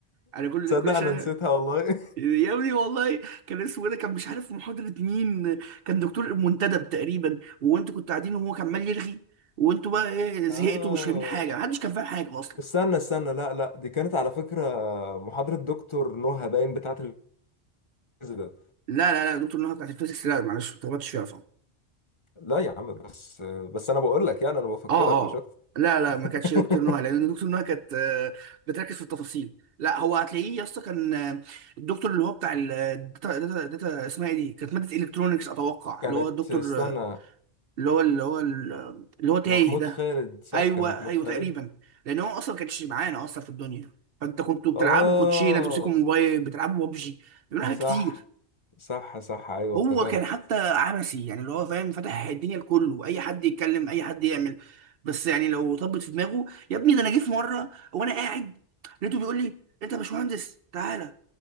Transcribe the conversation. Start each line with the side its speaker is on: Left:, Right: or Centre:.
Right: انا كل
Left: تصدق
Right: كل
Left: انا
Right: شويه
Left: نسيتها والله
Right: يا ابني والله كان اسمه إيه ده كان مش عارف محاضره مين كان دكتور منتدب تقريبا وانتوا كنتوا قاعدين وهو كان عمال يرغي وانتوا بقى ايه زهقتوا
Left: اه
Right: ومش فاهمين حاجه محدش كان فاهم حاجه اصلا
Left: استنى استنى لا لا دي كانت على فكرة محاضرة دكتور نهى باين بتاعة الفيزياء
Right: لا لا لا دكتور نهى بتاعت الفيزيكس لا معلش ما اتغلطتش فيها
Left: لا يا عم بس بس انا بقول لك يعني انا بفكرك
Right: اه
Left: مش
Right: اه
Left: اكتر
Right: لا لا
Left: <laughs>
Right: ما كانتش دكتور نهى لان دكتور نهى كانت آه، بتركز في التفاصيل لا هو هتلاقيه يا اسطى كان آه، الدكتور اللي هو بتاع الداتا داتا داتا اسمها ايه دي كانت ماده الكترونكس اتوقع
Left: كانت
Right: اللي هو الدكتور
Left: استنى
Right: آه، اللي هو اللي هو اللي هو تايه
Left: محمود
Right: ده
Left: خالد صح
Right: ايوه
Left: كان محمود
Right: ايوه
Left: خالد
Right: تقريبا لان هو اصلا ما كانش معانا اصلا في الدنيا فانت كنتوا بتلعبوا
Left: اه
Right: كوتشينه تمسكوا موبايل بتلعبوا ببجي بيعملوا حاجات
Left: صح
Right: كتير
Left: صح صح ايوه
Right: هو
Left: افتكرت
Right: كان حتى عبثي يعني اللي هو فاهم فتح الدنيا لكله اي حد يتكلم اي حد يعمل بس يعني لو طبت في دماغه يا ابني ده انا جه في مره وانا قاعد لقيته بيقول لي انت يا باشمهندس تعالى